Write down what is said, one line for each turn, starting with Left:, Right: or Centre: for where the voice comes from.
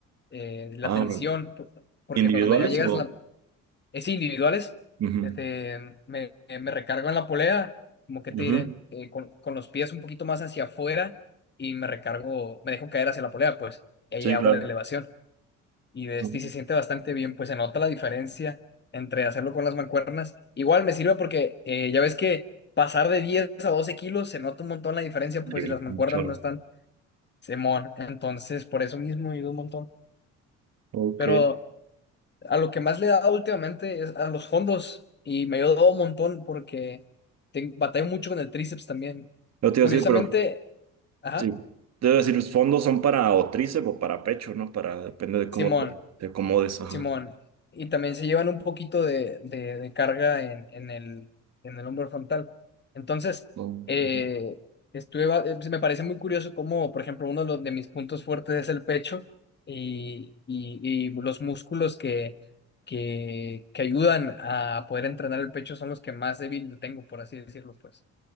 Left: eh, la
Right: Ah,
Left: tensión,
Right: bueno.
Left: p- porque
Right: ¿Individuales
Left: cuando ya llegas,
Right: o...?
Left: la, es individuales,
Right: Ujú,
Left: este, me, me recargo en la polea, como que
Right: ujú.
Left: te diré, Eh, con, con los pies un poquito más hacia afuera y me recargo, me dejo caer hacia la polea, pues, y ahí
Right: Sí,
Left: hago
Right: claro.
Left: la elevación y de este
Right: No,
Left: y se siente bastante bien, pues se nota la diferencia entre hacerlo con las mancuernas. Igual me sirve porque eh, ya ves que pasar de 10 a 12 kilos se nota un montón la diferencia,
Right: Sí,
Left: pues si las mancuernas
Right: un chorro.
Left: no están semón. Entonces, por eso mismo ayuda un montón.
Right: Ok.
Left: Pero a lo que más le da últimamente es a los fondos y me ayudó un montón porque te- batallo mucho con el tríceps también.
Right: No te
Left: Curiosamente,
Right: iba a decir, pero
Left: ajá,
Right: sí. Te iba a decir, los fondos son para o tríceps o para pecho, ¿no? Para, depende de
Left: Simón.
Right: cómo te, te acomodes. Ajá.
Left: Simón, y también se llevan un poquito de, de- de carga en, en el, en el hombro frontal. Entonces,
Right: No.
Left: eh,
Right: ujú.
Left: estuve, va- eh, me parece muy curioso cómo, por ejemplo, uno de, los- de mis puntos fuertes es el pecho y, y- y los músculos que, que, que ayudan a poder entrenar el pecho son los que más débil lo tengo, por así decirlo, pues.